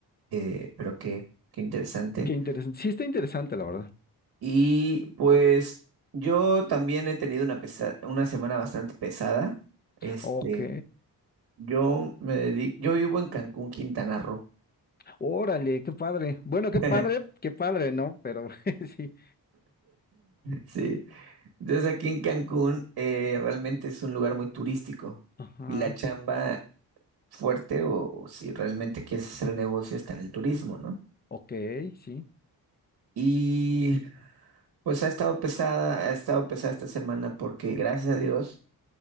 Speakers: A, on the right (about 80°); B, on the left (about 25°).
A: eh, pero qué, qué interesante.
B: Qué interesante. Sí está interesante, la verdad.
A: Y pues yo también he tenido una pesa- una semana bastante pesada. Este,
B: Ok.
A: yo me dedico, yo vivo en Cancún, Quintana Roo.
B: Órale, qué padre. Bueno, qué
A: <laughs>
B: padre, qué padre, ¿no? Pero <laughs> sí.
A: Sí. Entonces aquí en Cancún eh, realmente es un lugar muy turístico
B: Ajá.
A: y la chamba fuerte o, o si realmente quieres hacer negocio está en el turismo, ¿no?
B: Ok, sí.
A: Y pues ha estado pesada, ha estado pesada esta semana porque gracias a Dios